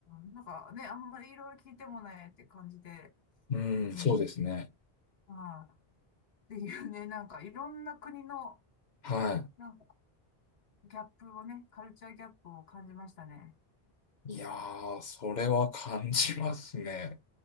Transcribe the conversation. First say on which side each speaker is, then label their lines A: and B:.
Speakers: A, on the left (about 75°); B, on the left (about 50°).
A: ん、なんかね、あんまりいろいろ聞いてもないって感じで、
B: うん、
A: うん、
B: そうですね。
A: ああ、っていうね、なんかいろんな国の、
B: は
A: なんかギャップをね、カルチャーギャップを感じましたね。
B: い。いやー、それは感じますね。